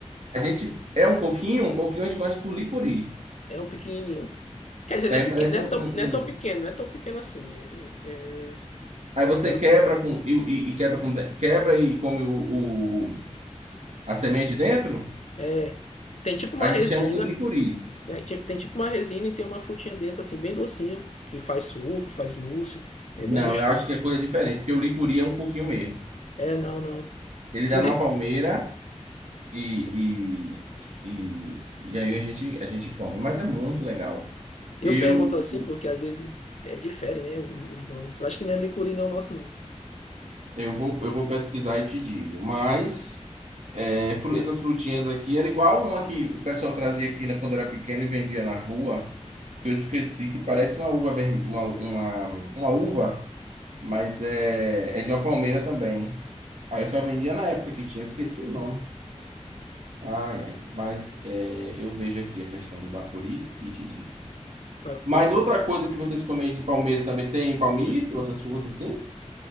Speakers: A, on the right; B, on the left.
A: A gente é um coquinho, um coquinho a gente conhece por licuri.
B: É um pequenininho. Quer dizer,
A: É,
B: não é pequeno,
A: parece
B: não
A: um,
B: é tão,
A: um-
B: não é tão pequeno,
A: um-
B: não é tão pequeno assim. É, é,
A: Aí você
B: é-
A: quebra com e, e- e quebra com de- quebra e come o, o- a semente dentro.
B: é- é, tem tipo uma
A: A gente
B: resina,
A: chama de licuri.
B: tem, tem- tem tipo uma resina e tem uma frutinha dentro assim, bem docinha, que faz suco, faz mousse, é
A: Não,
B: bem gostoso.
A: eu acho que é coisa diferente, porque o licuri é um coquinho mesmo.
B: É, não, não.
A: Ele
B: Siri,
A: dá numa palmeira e,
B: se-
A: e, e, e aí a gente, a gente come. Mas é muito legal.
B: eu
A: Eu,
B: pergunto assim porque às vezes é difere, né, os nomes. Eu acho que não é licuri não, é o nosso não.
A: eu vou, eu vou pesquisar e te digo. Mas é, fru- essas frutinhas aqui era igual uma que o pessoal trazia aqui né, quando era pequeno e vendia na rua, que eu esqueci que parece uma uva vermelha, uma, uma, uma uva, mas é, é de uma palmeira também. Aí eu só vendia na época que tinha, eu esqueci o nome. Ai, ai, mas é, eu vejo aqui a questão do Bacuri e te digo.
B: Bacuri.
A: Mas outra coisa que vocês comem aí de Palmeira também tem palmito, essas coisas assim?